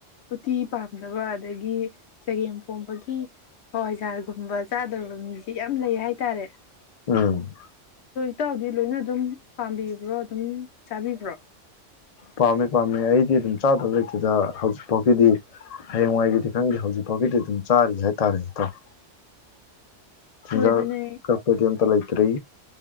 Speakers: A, on the left; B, on the left.
A: ꯎꯇꯤ ꯄꯥꯝꯗꯕ ꯑꯗꯒꯤ ꯆꯒꯦꯝꯄꯣꯝꯕꯒꯤ ꯍꯣꯏꯖꯥꯔꯒꯨꯝꯕ ꯆꯥꯗꯕ ꯃꯤꯁꯦ ꯌꯥꯝ ꯂꯩ ꯍꯥꯏꯇꯥꯔꯦ
B: ꯎꯝ
A: ꯍꯇꯥꯎꯗꯤ ꯂꯣꯏꯅ ꯑꯗꯨꯝ ꯄꯥꯝꯕꯤꯕ꯭ꯔꯣ ꯑꯗꯨꯝ ꯆꯥꯕꯤꯕ꯭ꯔꯣ
B: ꯄꯥꯝꯃꯦ ꯄꯥꯝꯃꯦ ꯑꯩꯗꯤ ꯑꯗꯨꯝ ꯆꯥꯗꯕ ꯂꯩꯇꯦꯗ ꯍꯧꯖꯤꯛ ꯐꯥꯎꯒꯤꯗꯤ ꯍꯌꯦꯡꯋꯥꯏꯒꯤꯗꯤ ꯈꯪꯗꯦ ꯍꯧꯖꯤꯛ ꯐꯥꯎꯒꯤꯗꯤ ꯑꯗꯨꯝ ꯆꯥꯔꯤ ꯍꯥꯏꯇꯥꯔꯦ ꯅꯠꯇ꯭ꯔꯥ ꯆꯨꯨꯝꯖꯥ
A: ꯍꯣꯏ ꯑꯗꯨꯅꯦ
B: ꯀꯄꯗꯤ ꯑꯇ ꯂꯩ ꯇꯔꯤ